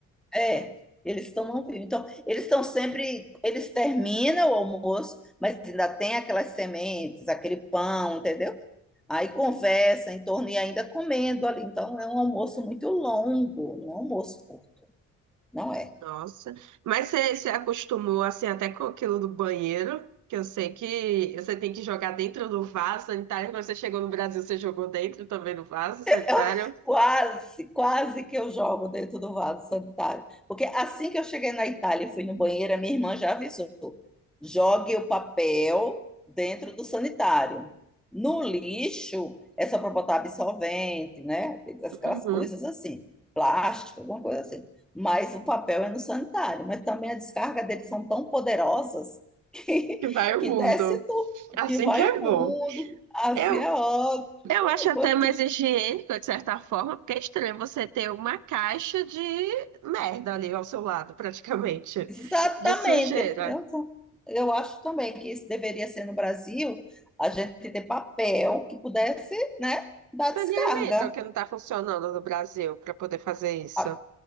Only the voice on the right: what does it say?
Nossa. Mas você se acostumou assim até com aquilo do banheiro, que eu sei que você tem que jogar dentro do vaso sanitário. Quando você chegou no Brasil, você jogou dentro também do vaso sanitário.
Uhum.
Que vai o
mundo.
Assim
que é
bom.
Eu,
eu acho até mais
higiênico, de certa forma, porque é estranho você ter uma caixa de merda ali ao seu lado, praticamente,
de sujeira.
Saneamento, que não está funcionando no Brasil para poder fazer isso.